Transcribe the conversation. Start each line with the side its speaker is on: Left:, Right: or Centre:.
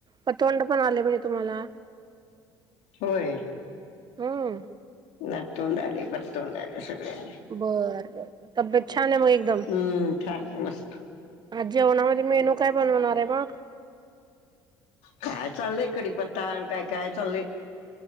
Right: पतोंड, पण आले म्हणजे तुम्हाला.
Left: होय.
Right: हम.
Left: नातवंड आली, पतवांड आले, सगळे आले.
Right: बर बर तब्येत छान आहे म.
Left: हम्म छान ये मस्त.
Right: आ जेवणामध्ये मेनू काय बनवणार आहे मग.
Left: काय चाललंय, कडीपत्ता आणि काय काय चाललंय.